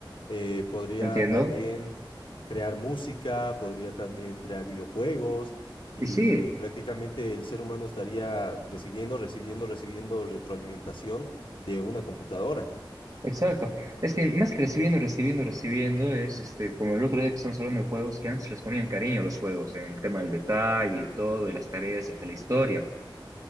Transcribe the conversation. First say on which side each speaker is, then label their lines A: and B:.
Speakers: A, on the left (about 80°); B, on the right (about 45°).
A: eh, podría
B: ¿entiendo?
A: también crear música, podría también crear videojuegos. Y
B: Y sí,
A: prácticamente el ser humano estaría recibiendo, recibiendo, recibiendo retroalimentación de una computadora.
B: exacto. Es que más que recibiendo, recibiendo, recibiendo, es este, como el otro día que estamos hablando de juegos, que antes les ponían cariño a los juegos, en el tema del detalle y todo, y las tareas y hasta la historia.